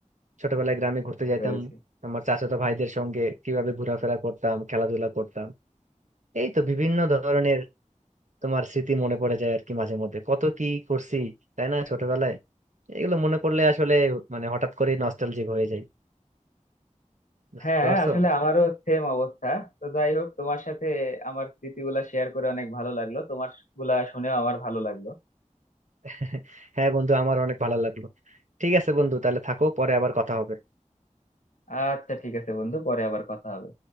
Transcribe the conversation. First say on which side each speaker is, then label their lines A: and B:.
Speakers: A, on the right; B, on the left.
A: ছোটবেলায় গ্রামে
B: বুঝতে
A: ঘুরতে যাইতাম
B: পেরেছি
A: আমার চাচাতো ভাইদের সঙ্গে কিভাবে ঘোরাফেরা করতাম খেলাধুলা করতাম এই তো বিভিন্ন ধরনের তোমার স্মৃতি মনে পড়ে যায় আর কি মাঝে মধ্যে কত কি করছি তাই না ছোটবেলায় এগুলো মনে পড়লে আসলে মানে হঠাৎ করে নস্টালজিক হয়ে যায় বুঝতে
B: হ্যাঁ
A: পারছো
B: আসলে আমারও সেম অবস্থা তো যাই হোক তোমার সাথে আমার স্মৃতিগুলা শেয়ার করে অনেক ভালো লাগলো তোমার গুলা শুনেও আমার ভালো লাগলো
A: <laughs> হ্যাঁ বন্ধু আমার অনেক ভালো লাগলো ঠিক আছে বন্ধু তাহলে থাকো পরে আবার কথা হবে
B: আচ্ছা ঠিক আছে বন্ধু পরে আবার কথা হবে